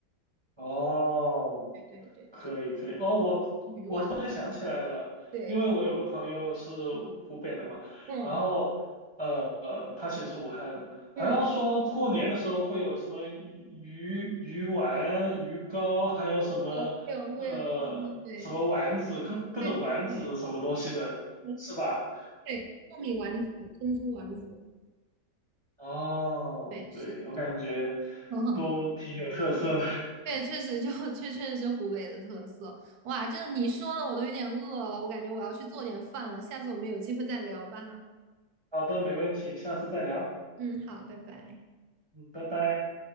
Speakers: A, on the right; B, on the right.
A: 哦，
B: 对对对，
A: 可以可以哦，
B: 就
A: 我我突然想起来了，
B: 鱼丸。对，
A: 因为我有个朋友是湖北的嘛，
B: 嗯
A: 然后呃呃，他其实是武汉的，好像说过年的时候会有什么鱼鱼鱼丸、
B: 嗯，
A: 鱼糕，还有什么呃什么丸子，
B: 会有会有，对对对
A: 各各种丸子什么东西的，
B: 对对对，嗯
A: 是吧？
B: 对，糯米丸子、珍珠丸子，
A: 哦，
B: 对是，
A: 对，我感觉
B: <laughs>
A: 都挺有特色的。<laughs>
B: 对，确实就确确实是湖北的特色。哇，真的你说的我都有点饿了，我感觉我要去做点饭了，下次我们有机会再聊吧。
A: 好的，没问题，下次再聊。
B: 嗯，好，拜拜。
A: 嗯，拜拜。